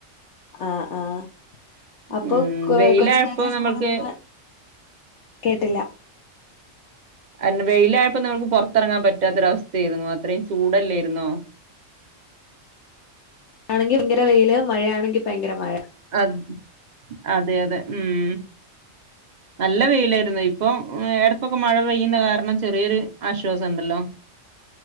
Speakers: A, on the left; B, on the right.
A: ആഹ് ആഹ് അപ്പൊ
B: ഉം
A: കൊ
B: വെയിലായപ്പോ
A: കൊച്ചുങ്ങക്ക് സ്കൂള്
B: നമ്മൾക്ക്
A: പോവാൻ കേട്ടില്ല
B: കാരണം വെയിലായപ്പം നമ്മക്ക് പൊർത്തെർങ്ങാൻ പറ്റാത്തൊരവസ്തേർന്നു അത്രേം ചൂടല്ലേർന്നോ
A: ആണെങ്കി ഭയങ്കര വെയിൽ മഴേണെങ്കി ഭയങ്കര മഴ
B: അത് അതെ അതെ ഉം നല്ല വെയിലായിരുന്നു ഇപ്പം എടക്കൊക്കെ മഴ പെയ്യുന്ന കാരണം ചെറ്യോര് ആശ്വാസം ണ്ടല്ലോ